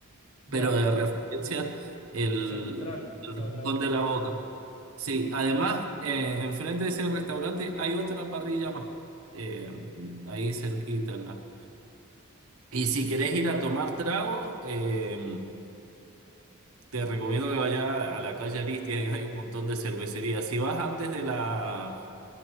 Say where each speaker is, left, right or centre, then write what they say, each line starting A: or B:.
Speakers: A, on the left; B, on the right.
A: ya,
B: pero de referencia el,
A: Central,
B: el
A: o sea,
B: Rincón
A: la era.
B: de la Boca. Sí,
A: Mm.
B: además, eh, enfrente de ese restaurante hay otra parrilla más, eh, ahí cerquita. ¿no? Y si querés ir a tomar tragos, eh, te recomiendo que vayas a la calle Aristides, que hay un montón de cervecerías. Si vas antes de la